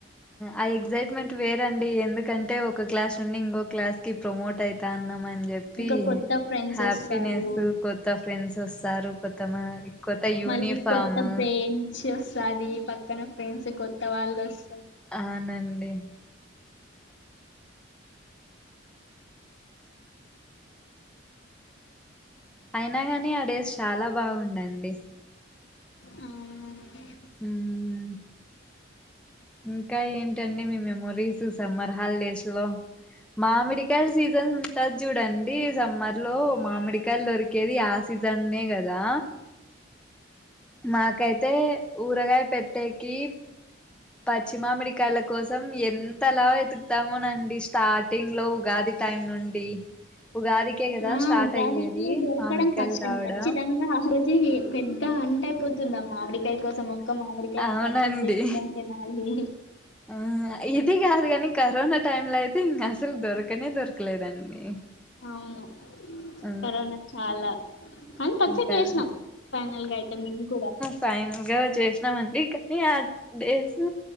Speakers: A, in the centre; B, on the left.
A: ఆ ఎగ్సైట్మెంట్ వేరండి ఎందుకంటే ఒ ఒక క్లాస్ నుండి ఇంగో క్లాస్ కి ప్రమోట్ అయితాన్నాం అన్ జెప్పి
B: ఇంకా కొత్త ఫ్రెండ్స్
A: హ్యాపీనెస్సు
B: వస్తారు
A: కొత్త ఫ్రెండ్స్ వస్తారు కొత్త మ కొత్త యూనిఫాము
B: మళ్ళీ కొత్త బెంచ్ వస్తాది పక్కన ఫ్రెండ్స్ కొత్త వాళ్ళు వస్
A: అవునండి అయినా గాని ఆ డేస్ చాలా బాగుడెనండి
B: అవునండి
A: ఉమ్ ఇంకా ఏంటండి మీ మెమోరీస్ సమ్మర్ హాలిడేస్ లో మామడికాయల్ సీజన్ ఉంటది జూడండి సమ్మర్ లో మామిడికాయలు దొరికేది ఆ సీజన్నే గదా. మాకైతే ఊరగాయ పెట్టేకి. పచ్చిమామిడికాయల కోసం ఎంత లా వెతుకుతామోనండి స్టార్టింగ్ లో ఉగాది టైం నుండి. ఉగాదికే కదా
B: ఆ
A: స్టార్ట్
B: ఉగాదికి
A: అయ్యేది
B: దొరకడం
A: మామిడికాయలు
B: కష్టం
A: రావడం
B: ఖచ్చితంగా. ఆ రోజు ఇ పెద్ద అంట అయిపోతుంద మామిడికాయ కోస మ. కొత్త మామిడికాయ
A: అవునండి
B: పచ్చడి తింటుంటే మళ్ళీ.
A: ఆ ఇది గాదు గని కరోనా టైమ్ లో అయితే ఇంకా అసల్ దొరకనే దొరకలేదండి.
B: అవును
A: ఆ
B: కరోనా చాలా. అంత అర్జట్
A: సరే
B: చేసినం ఫైనల్గా అయితే మేము కూడా.
A: ఫైనల్ గా జేసినామండి కానీ ఆ డేసు.